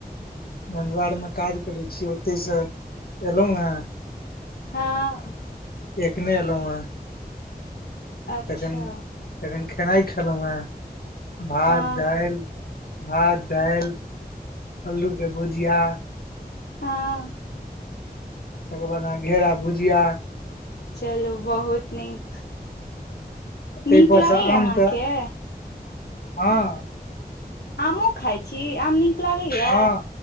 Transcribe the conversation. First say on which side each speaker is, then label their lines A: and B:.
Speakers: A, on the left; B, on the left.
A: नन्दवारमे काज करै छीिय ओतहिसँ एयलहुँ हेँ। <unintelligible>
B: हँ। <unintelligible>
A: एखने एलहुं हं। <unintelligible>
B: अच्छा
A: तेखन -तेखन। केनाइ खेलहु ह। <unintelligible> भात
B: हँ
A: -दाल। <unintelligible> भात दाल अलू के भुजिया। <unintelligible>
B: हँ। <unintelligible>
A: तकर बाद न घेरा भुजिया। <unintelligible>
B: चलू बहुत नीक। <unintelligible>
A: ताहि
B: नीक
A: पर
B: लगैएा
A: से आम
B: अहाँके।
A: तऽ
B: <unintelligible>
A: हँ। <unintelligible>
B: आमो खाइत छी आम नीक लागैएा।
A: हँ
B: <unintelligible>